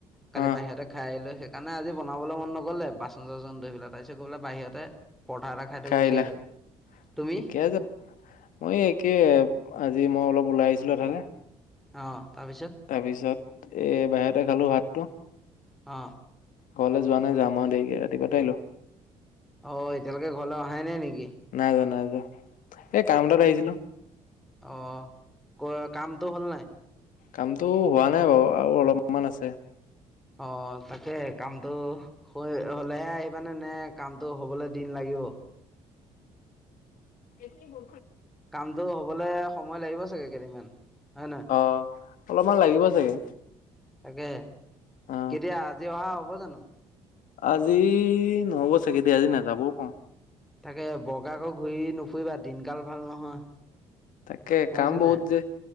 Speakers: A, in the centre; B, on the left.
A: কালি
B: অ
A: বাহিৰতে খাই লৈ। সেইকাৰণে আজি বাবলৈ মন নগলে বাচন চাচন ধুই পেলাই তাৰপিছত বাহিৰতে। পৰঠা এটা থৈ
B: খাই
A: গুচি
B: আহিলা,
A: আহিলো। তুমি?
B: ঠিকে আছে মই একে। আজি মই অলপ ওলাই আহিছিলো এঠাইলে।
A: অ। তাৰপিছত
B: তাৰ পিছত এ বাহিৰতে খালো ভাতটো।
A: অ।
B: ঘৰলৈ যোৱা নাই যাম আৰু দেৰিকে ৰাতিপুৱাতে আহিলো।
A: অ এতিয়ালৈকে ঘৰলৈ অহাই নাই নেকি।
B: নাই যোৱা নাই যোৱা। এ কাম এটাত আহিছিলো।
A: অ ক কামটো হ'ল নাই।
B: কামতটো হোৱা নাই বাৰু আৰু অলপমান আছে।
A: অ তাকে কামতটো, হৈ হলেহে আহিবানে নে কামতটো হবলৈ দিন লাগি। দিব।
B: এইখিনি।
A: কামটো হবলে সময় লাগিব চাগে কেইদিনমান। হয় নহয়
B: অহ অলপমান লাগিব চাগে।
A: তাকে,
B: অ
A: কেতিয়া আজি অহা হ'ব জানো।
B: আজি নহব চাগেদি আজি নাযাবও পাৰো।
A: তাকে বগা আকৌ ঘূৰি নুফুৰিবা দিন। গাল ভাল নহয়,
B: তাকে
A: বুজিছে
B: কাম বহুত
A: ন
B: যে